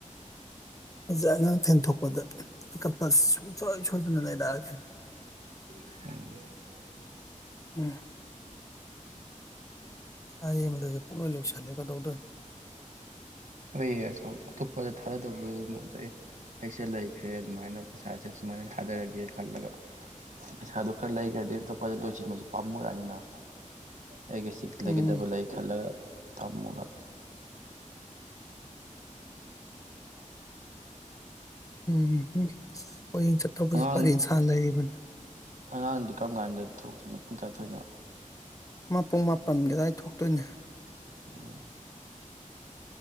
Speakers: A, on the left; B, on the right.
A: ꯐꯖꯛ ꯑꯉꯥꯡ ꯐꯦꯟꯊꯣꯛꯄꯗ ꯀꯝꯄꯜ ꯁꯨꯡꯁꯣꯏ ꯁꯣꯏꯗꯅ ꯂꯩꯔꯛꯑꯒꯦ
B: <unintelligible>
A: ꯎꯝ ꯑꯩ ꯑꯃꯗꯁ ꯄꯨꯛꯂꯣꯏ ꯂꯣꯏꯁꯜꯂꯦ ꯀꯩꯗꯧꯗꯣꯏꯅꯣ
B: ꯍꯁ ꯑꯇꯣꯞꯄꯗ ꯊꯥꯗꯗꯧꯕꯗꯨ ꯑꯩꯁꯦ ꯂꯩꯈ꯭ꯔꯦ ꯑꯗꯨꯃꯥꯏꯅ ꯄꯩꯁꯥꯁꯦ ꯁꯨꯃꯥꯏꯅ ꯊꯥꯗꯔꯒꯦ ꯈꯜꯂꯒ ꯄꯩꯁꯥꯗꯣ ꯈꯔ ꯂꯩꯈ꯭ꯔꯗꯤ ꯑꯇꯣꯞꯄꯗ ꯂꯣꯏꯁꯤꯟꯕꯁꯨ ꯄꯥꯝꯃꯨꯔꯛꯑꯅꯤꯅ ꯑꯩꯒ ꯁꯤ ꯂꯩꯒꯗꯕ
A: ꯎꯝ
B: ꯂꯩ ꯈꯜꯂꯒ ꯇꯃꯒ
A: ꯎꯝꯝ ꯄꯨꯌꯦꯡ ꯆꯠꯇꯧꯕꯁꯨ
B: ꯑꯉꯥꯡ
A: ꯄꯔꯦꯡꯁꯥꯡꯅ ꯂꯩꯅꯤ
B: ꯑꯉꯥꯡꯗꯤ ꯀꯔꯝ ꯀꯥꯟꯗ ꯊꯣꯛꯇꯣꯏꯅꯣ ꯄꯨꯡ ꯀꯌꯥ ꯊꯣꯏꯅꯣ
A: ꯃꯄꯨꯡ ꯃꯥꯄꯟ ꯀꯗꯥꯋꯥꯏ ꯊꯣꯛꯇꯣꯏꯅꯦ
B: ꯎꯝ